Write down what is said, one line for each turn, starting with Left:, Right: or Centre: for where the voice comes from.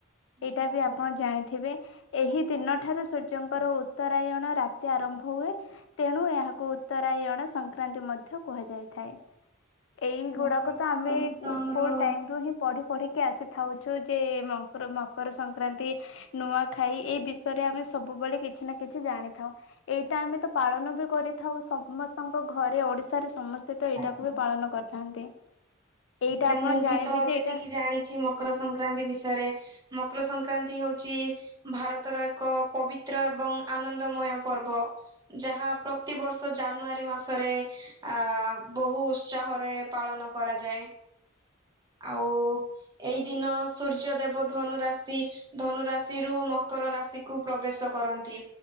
Right: ଆଜ୍ଞା
Left: ଏଇଟା ବି ଆପଣ ଜାଣିଥିବେ ଏହି
Right: ଆଜ୍ଞା
Left: ଦିନ ଠାରୁ ସୂର୍ଯ୍ୟ ରାଜଙ୍କର ଉତ୍ତରାୟଣ ରାତି ଆରମ୍ଭ ହୁଏ ତେଣୁ ଏହାକୁ ଉତ୍ତରାୟଣ ସଂକ୍ରାନ୍ତି ମଧ୍ୟ ମଧ୍ୟ କୁହାଯାଇଥାଏ ଏଇ ଗୁଡ଼ାକ
Right: ମକର
Left: ତ
Right: ସଂକ୍ରାନ୍ତି
Left: ଆମେ
Right: ତ ଆମର
Left: ସ୍କୁଲ ଟାଇମ୍ ରୁ ହିଁ ପଢି ପଢ଼ି କି ଆସିଥାଉ। ଯେ ମ ମକର ସଂକ୍ରାନ୍ତି ନୂଆ ଖାଇ ଏଇ ବିଷୟରେ ଆମେ ସବୁବେଳେ କିଛି ନା କିଛି ଜାଣିଥାଉ ଏଇଟା
Right: ଆଜ୍ଞା
Left: ଆମେ ତ ପାଳନ ବି କରିଥାଉ ସମସ୍ତଙ୍କ ଘରେ ଓଡ଼ିଶା ରେ ସମସ୍ତ ସେ ତ ଏଇଟାକୁ
Right: ଆଜ୍ଞା।
Left: ବି ପାଳନ କରିଥାନ୍ତି। ଏଇଟା
Right: ଆଜ୍ଞା
Left: ଆପଣ
Right: ମୁଁ ବି
Left: ଜାଣିବେ
Right: ତ
Left: ଯେ
Right: ଯେତିକି
Left: ଏଇଟା
Right: ଜାଣିଛି ମକର ସଂକ୍ରା ଯାନ୍ତି ବିଷୟରେ ମକର ସଂକ୍ରାନ୍ତି ହୋଉଛି ଭାରତର ଏକ ପବିତ୍ର ଏବଂ ଆ ଆନନ୍ଦମୟ ପର୍ବ ଯାହା ପ୍ରତିବର୍ଷ ଜାନୁଆରୀ ମାସରେ ଆ ବହୁ ଉତ୍ସାହରେ ପାଳନ କରାଯାଏ। ଆଉ ଏଇ ଦିନ ସୂର୍ଯ୍ୟ ଦେବ ଧନୁ ରାଶି ଧନୁ ରାଶିରୁୁ ମ କର ରାଶିକୁ ପ୍ରବେଶ କରନ୍ତି